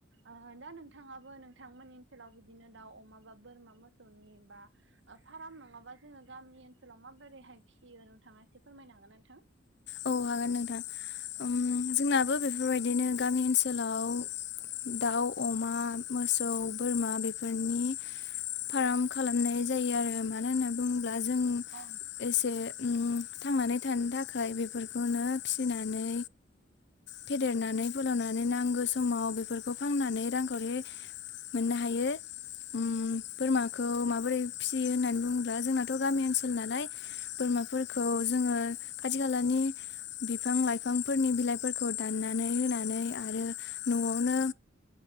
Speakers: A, on the right (about 65°); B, on the left (about 60°).
A: ओ दा नोंथाङाबो नोंथांमोननि ओनसोलाव बिदिनो दाउ अमा बा बोरमा मोसौनि बा फार्म नङाबा जोङो गामि ओनसोलाव माबोरैहाय फिसियो नोंथाङा एसे फोरमायनो हागोनना नोंथां।
B: औ हागोन नोंथां
A: औ
B: उम जोंनाबो बेफोरबायदिनो गामि ओनसोल लाव
A: औ औ
B: दाउ अमा मोसौ बोरमा बेफोरनि फार्म खालामनाय जायो आरो
A: औ
B: मानो होननानै बुङोब्ला जों
A: औ
B: एसे ओम थांनानै थानो थाखाय बे बेनो फिनानै
A: औ
B: फेदेरनानै फोलावनानै नांगौ समाव बेफोर बेखौ फांनानै रांखरि मोननो हायो ओम बोरमाखौ माबोरै फिसियो होननानै बुङो जोंनाथ'
A: औ
B: गामि ओनसोल नालाय बोरमाफोरखौ जोङो खाथि खालानि बिफां लाइफांफोरनि बिलाइफोरखौ दाननानै होनानै आरो न'आवनो
A: औ